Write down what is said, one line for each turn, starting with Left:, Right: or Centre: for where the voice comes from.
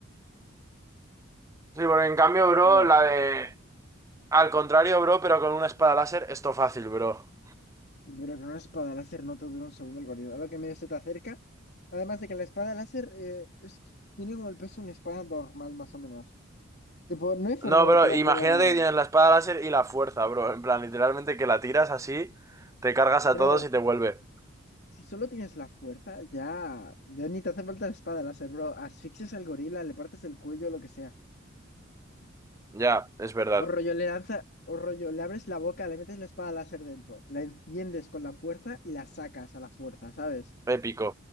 Right: Sí, porque en cambio, bro,
Left: Wow.
Right: la de... Al contrario, bro, pero con una espada láser, esto fácil, bro.
Left: Pero con una espada láser no te dura un segundo el gorila. A lo que medio se te acerca. Además de que la espada láser eh, es, tiene como el peso de una espada normal, más o menos. Tipo, no hay forma
Right: No,
Left: de
Right: bro,
Left: que la
Right: imagínate
Left: puedas.
Right: que tienes la espada láser y la fuerza, bro. En plan, literalmente que la tiras así, te cargas a
Left: Bro,
Right: todos y te vuelve.
Left: si solo tienes la fuerza, ya, ya ni te hace falta la espada láser, bro. Asfixias al gorila, le partes el cuello, lo que sea.
Right: Ya, es verdad.
Left: O rollo, le lanza, o rollo, le abres la boca, le metes la espada láser dentro, la enciendes con la fuerza y la sacas a la fuerza, ¿sabes?
Right: Épico,